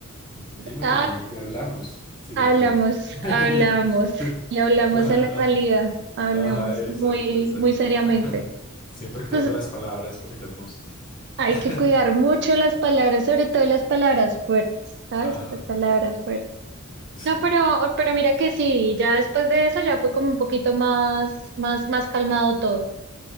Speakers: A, on the left; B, on the right.
A: Dímelo
B: Ah,
A: y, y hablamos, si
B: Hablamos,
A: se puede. <laughs>
B: hablamos y hablamos
A: Ajá,
B: a la
A: ajá,
B: salida, hablamos
A: ajá, exacto,
B: muy,
A: exacto.
B: muy seriamente.
A: <laughs> Siempre cuidando
B: Entonces,
A: las palabras por si las moscas.
B: hay
A: <laughs>
B: que cuidar mucho las palabras, sobre todo las palabras fuertes, ¿sabes?
A: Ajá,
B: Las palabras fuertes.
A: sí.
B: No, pero, pero mira que sí, ya después de eso ya fue como un poquito más, más, más calmado todo.